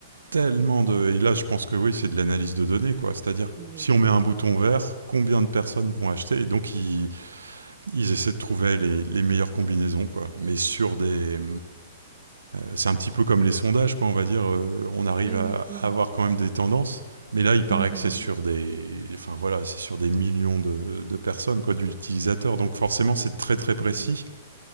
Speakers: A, on the right; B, on the right.
A: tellement de. Et là, je pense que oui, c'est de l'analyse de données, quoi. C'est-à-dire,
B: Oui,
A: si on met un bouton vert, combien de personnes vont acheter Et donc, ils, ils essaient de trouver les, les meilleures combinaisons, quoi. Mais sur des, C'est un petit peu comme les sondages, quoi, on va dire. euh, on arrive
B: oui,
A: à,
B: oui, oui.
A: à
B: oui.
A: avoir quand même des tendances. Mais là, il paraît
B: Mhm.
A: que c'est sur des, enfin voilà, c'est sur des millions de, de personnes, quoi, d'utilisateurs. Donc forcément, c'est très très
B: Mhm.
A: précis